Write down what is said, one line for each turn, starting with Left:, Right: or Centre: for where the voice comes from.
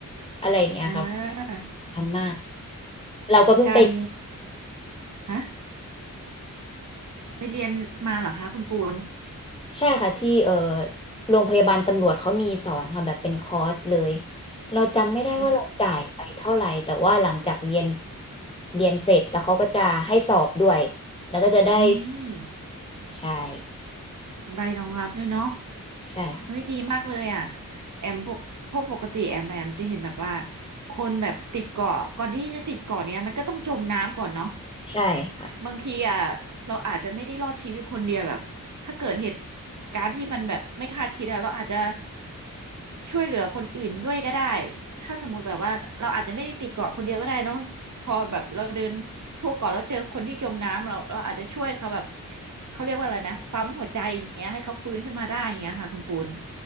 Left: อะไรอย่างเงี้ยครับ
Right: อ่า
Left: อันมากเราก็เพิ่งไป
Right: การฮะไปเรียนมาเหรอคะคุณปูน
Left: ใช่ค่ะที่เอ่อโรงพยาบาลตำรวจเขามีสอนค่ะแบบเป็นคอร์สเลยเราจำไม่ได้ว่าเราจ่ายไปเท่าไหร่แต่ว่าหลังจากเรียน
Right: อืม
Left: เรียนเสร็จแล้วเขาก็จะให้สอบด้วยแล้วก็จะได้
Right: อืม
Left: ใช่
Right: ใบรองรับด้วยเนาะ
Left: ใช่ค่ะ
Right: เฮ้ยดีมากเลยอ่ะแอมปกพวกปกติแอมไปแอมจะเห็นแบบว่าคนแบบติดเกาะก่อนที่จะติดเกาะเนี้ยมันก็ต้องจมน้ำก่อนเนาะ
Left: ใช่ค่ะ
Right: บางทีอ่ะเราอาจจะไม่ได้รอดชีวิตคนเดียวแบบถ้าเกิดเหตุการณ์ที่มันแบบไม่คาดคิดอะเราอาจจะช่วยเหลือคนอื่นด้วยก็ได้ถ้าสมมุติแบบว่าเราอาจจะไม่ได้ติดเกาะคนเดียวก็ได้เนอะพอแบบเราเดินทั่วเกาะแล้วเจอคนที่จมน้ำเราเราอาจจะช่วยเขาแบบเขาเรียกว่าอะไรนะปั๊มหัวใจอย่างเงี้ยให้เขาฟื้นขึ้นมาได้อย่างเงี้ยค่ะคุณปูน